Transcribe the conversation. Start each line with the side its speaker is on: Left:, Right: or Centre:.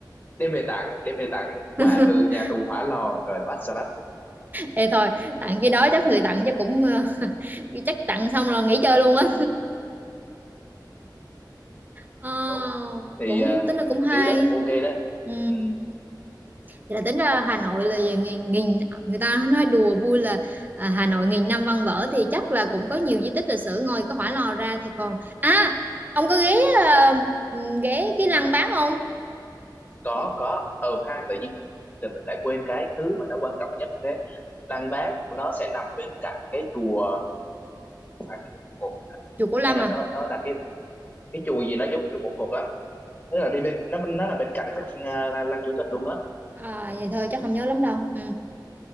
Left: đem về tặng đem về tặng
Right: <laughs>
Left: quà từ nhà tù hỏa lò rồi quá salad vô cùng
Right: Ê thôi tặng cái đó chắc người tặng chắc cũng ờ, <laughs> chắc tặng xong là nghỉ chơi luôn á Ờ,
Left: đúng thì
Right: cũng
Left: ờ,
Right: tính là cũng hay
Left: đi đó cũng ok đó
Right: ừ.
Left: ừ,
Right: Thì là tính ra Hà Nội là nghìn, nghìn người ta nói đùa vui là à, Hà Nội nghìn năm văn vở thì chắc là cũng có nhiều di tích lịch sử ngoài cái Hỏa Lò ra thì còn à ông có ghé à, ghé cái lăng Bác không
Left: có có ừ ha tự nhiên mình thì mình lại quên cái thứ mà nó quan trọng nhất thế Lăng Bác nó sẽ nằm bên cạnh cái chùa phải cái chùa một cột hả?
Right: chùa Cổ Lam
Left: hay là
Right: à
Left: nó nó là cái cái chùa gì nó giống chùa một cột lắm tức là đi bên nó nó là bên cạnh cái lăng, ờ, lăng, lăng chủ tịch luôn á
Right: à vậy thôi chắc không nhớ lắm đâu ừ.